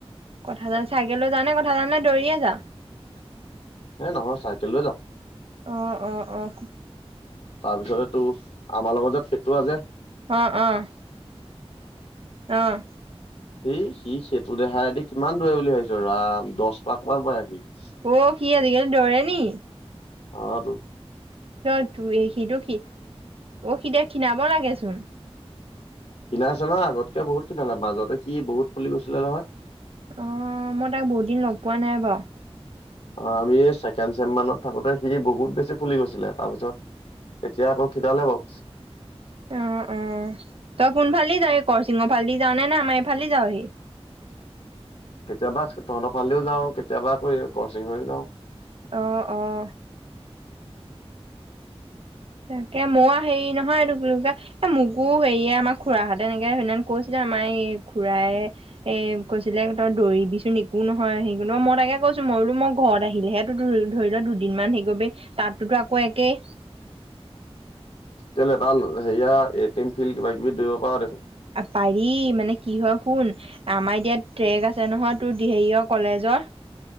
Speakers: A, on the right (about 60°); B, on the left (about 70°).
A: কথা জাল চাইকেল লৈ যাও নে কথা জাল নে দৌৰিয়ে যাও
B: এ নহয় চাই কেলৈ যাৱ
A: অহ অহ অহ
B: তাৰপিছতে টো আমাৰ লগৰ যে ফেটুৱা যে
A: অহ অহ অহ
B: এই সি সেইটো দেহাইদি কিমান দূৰে বুলি ভাবি ৰাম দশ পাঁক মান মাৰে সি
A: অ সি আজিকালি দৌৰে নি
B: অ টো
A: ত ত সিটো সি অ সি এতিয়া খীণাব লাগেচোন।
B: খীণাইছে মানে আগতকৈ বহুত খীণালে মাজতে কি বহুত ফুলি গৈছিলে নহয়।
A: অ' মই তাক বহুতদিন লগপোৱা নাই বাৰু।
B: অ আমি ছেকেণ্ড চেম মানত থাকোতে সি বহুত বেছি ফুলি গৈছিলে তাৰপিছত এতিয়া আকৌ খিণালে বাৰু।
A: অহ অহ তই কোনফালে যাৱ হি কৰ শিঙৰ ফালেদি যাৱ নে নে আমাৰ এইফালে দি যাৱহি।
B: কেতিয়াবা তহতৰ ফাল দিও যাওঁ কেতিয়াবা আকৌ এই কৰশিং হৈও যাওঁ।
A: অহ অহ তাকে মই হেৰি নহয় এইটো কি বুলি কয় মোকো হেৰি এ আমাৰ খুৰাহঁতে এনেকে সেইদিনা কৈছিলে আ এই খুৰাই এ কৈছিলে তই দৌৰিবিচোন একো নহয় সেই মই তাকে কৈছো মই মই বোলো মই ঘৰত আহিলে তোটো ধৰি লোৱা দুদিনমান হেই কৰিব পাৰিব তাতোতো আকৌ একেই
B: কেলে তাৰ হেৰিয়া এটি এম ফিল কিবা কিবি দৌৰিব পাৰ দেখোন
A: পাৰি মানে কি হয় শুন আমাৰ এতিয়া ট্ৰেক আছে নহয় তোৰ হেৰিয় কলেজৰ